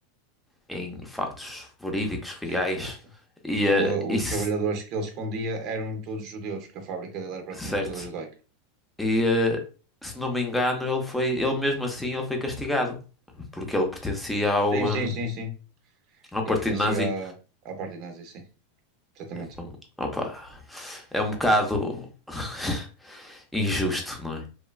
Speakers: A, in the centre; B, on the right.
A: em factos verídicos, reais,
B: Sim, o-
A: e
B: o-
A: eh, isso,
B: os trabalhadores que ele escondia eram todos judeus, que a fábrica dele era praticamente
A: certo.
B: toda judaica.
A: E eh, se não me engano, ele foi, ele mesmo assim, ele foi castigado, porque ele pertencia ao,
B: Sim, sim,
A: eh,
B: sim, sim.
A: ao
B: Ele
A: Partido
B: pertencia
A: Nazi.
B: à, à parte nazi, sim. Exatamente.
A: Então, opa, é um bocado <laughs> injusto, não é?